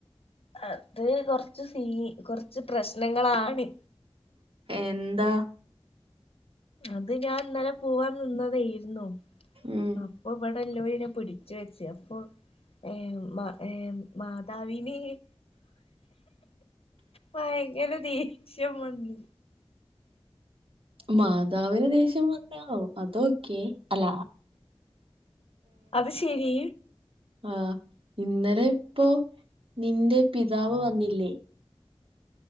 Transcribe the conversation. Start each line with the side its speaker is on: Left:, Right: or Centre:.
Left: അത് കൊറച്ച് സീ കൊറച്ച് പ്രശ്നങ്ങളാണ്
Right: എന്താ?
Left: അത് ഞാൻ ഇന്നലെ പോവാൻ നിന്നതേര്ന്നു
Right: ഉം
Left: അപ്പൊ ഇവ എല്ലോലെന്നെ പിടിച്ച് വെച്ച് അപ്പൊ ഏഹ് ഏഹ് മാതാവിന് ഭയങ്കര ദേഷ്യം വന്നു
Right: മാതാവിന് ദേഷ്യം വന്നാ അത് ഓക്കെ അല്ലാ
Left: അത് ശെരി
Right: ആഹ് ഇന്നലെ ഇപ്പൊ നിന്റെ പിതാവ് വന്നില്ലേ?